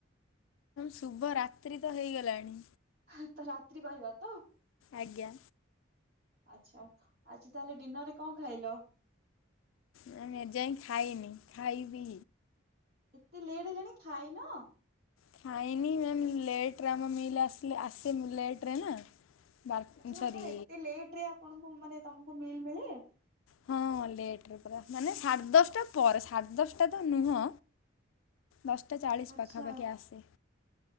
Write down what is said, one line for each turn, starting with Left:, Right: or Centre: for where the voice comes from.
Left: ଶୁଭ ରାତ୍ରି ତ ହେଇଗଲାଣି।
Right: ହାଁ ତ ରାତ୍ରି କହିବା ତ?
Left: ଆଜ୍ଞା।
Right: ଆଚ୍ଛା ଆଜି ତାହାଲେ ଡିନରରେ କଣ ଖାଇଲ?
Left: ମୁଁ ଏ ଯାଏଁ ଖାଇନି ଖାଇବି।
Right: ଏତେ ଲେଡ୍ ହେଲାଣି ଖାଇନ?
Left: ଖାଇନି ମ୍ୟାମ୍ ଲେଟରେ ଆମ ମିଲ୍ ଆସି ଆସେ ଲେଟରେ ନା। ବାର
Right: ଆଛା ମାନେ
Left: ସରି
Right: କଣ ଏତେ ଲେଟ ରେ ଆପଣଙ୍କୁ ମାନେ ତମକୁ ମିଲ୍ ମିଳେ?
Left: ହଁ ଲେଟରେ ପ ମାନେ ସାଢ଼େ ଦଶଟା ପରେ ସାଢ଼େ ଦଶଟା ତ ନୁହଁ। ଦଶଟା ଚାଳିଶ
Right: ଆଚ୍ଛା।
Left: ପାଖାପାଖି ଆସେ।